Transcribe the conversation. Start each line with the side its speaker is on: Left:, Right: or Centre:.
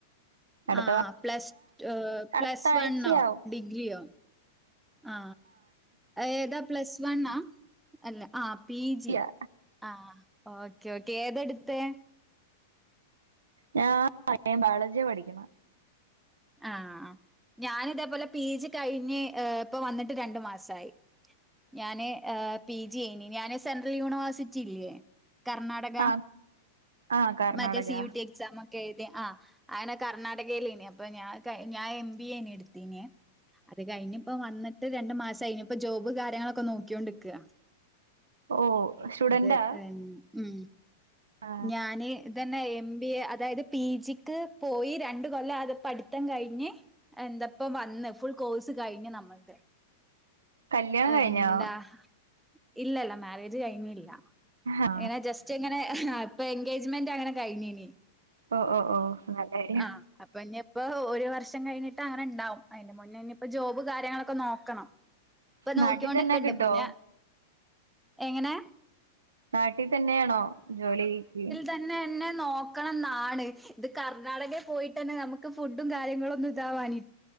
Right: അടുത്ത
Centre: ആ പ്ലസ് പ്ലസ്
Right: അടുത്ത
Centre: വണ്ണോ
Right: ആഴ്ചയാവും
Centre: ഡിഗ്രിയോ ആ ഏതാ പ്ലസ് വണ്ണാ അല്ല ആ പി
Right: ജിയാ
Centre: ജി ആ ഓക്കെ ഓക്കേ ഏതെടുത്തെ
Right: ഞാൻ <unintelligible> ബയോജിയാ പഠിക്കണെ
Centre: ആഹ് ഞാനിതേ പോലെ പി ജി കഴിഞ്ഞ് ഇപ്പൊ വന്നിട്ട് രണ്ടു മാസായി ഞാന് പി ജി യിനി ഞാന് സെൻട്രൽ യൂണിവേഴ്സിറ്റി ഇല്ലേ കർണാടക
Right: ആ ആ Karnataka
Centre: മറ്റേ C U T exam ഒക്കെ എഴുതി ആഹ് അങ്ങനെ കർണ്ണാടകയിലിനി ഇപ്പ ഞാൻ ഞാൻ എം ബി എ എടുത്ത്ന് അത് കഴിഞ്ഞപ്പോ വന്നിട്ട് രണ്ടു മാസം കഴിഞ്ഞ ഇപ്പൊ ജോബ് കാര്യങ്ങളൊക്കെ നോക്കൊണ്ടിക്ക്യ
Right: ഓ സ്റ്റുഡന്റാ
Centre: അതെ ഉം
Right: ആ
Centre: ഞാന് ഇതന്നെ എം ബി എ അതായത് പി ജിക്ക് പോയി രണ്ട് കൊല്ലം അത് പഠിത്തം കഴിഞ്ഞ് എന്തപ്പ വന്ന് ഫുൾ കോഴ്സ് കഴിഞ്ഞു നമ്മക്ക്
Right: കല്യാണം കഴിഞ്ഞോ
Centre: എന്താ ഇല്ലല്ല മാരേജ് കൈഞ്ഞില്ല
Right: ആ
Centre: ഇങ്ങനെ ജസ്റ്റ് ഇങ്ങനെ അപ്പൊ എൻഗേജ്മെന്റ് അങ്ങനെ കഴിഞ്ഞിനി
Right: ഓ ഓ ഓ നല്ല കാര്യം
Centre: ആഹ് ഇപ്പ ഇനിയിപ്പോ ഒരു വർഷം കഴിഞ്ഞിട്ട് അങ്ങനെ ഉണ്ടാവും അതിന്റെ മുന്നേ ഇനിയിപ്പോ ജോബ് കാര്യങ്ങളൊക്കെ നോക്കണം ഇപ്പൊ നോക്കോണ്ടിക്കെണ്ട്
Right: നാട്ടിൽ തന്നെ കിട്ടോ
Centre: പിന്ന എങ്ങനെ
Right: നാട്ടിൽ തന്നെയാണോ ജോലിക്ക്
Centre: തന്നെന്നെ നോക്കണം എന്നാണ് ഇത് കർണാടകയിൽ പോയിട്ട് തന്നെ നമുക്ക് ഫുഡും കാര്യങ്ങളും ഒന്നും ഇതാവാനി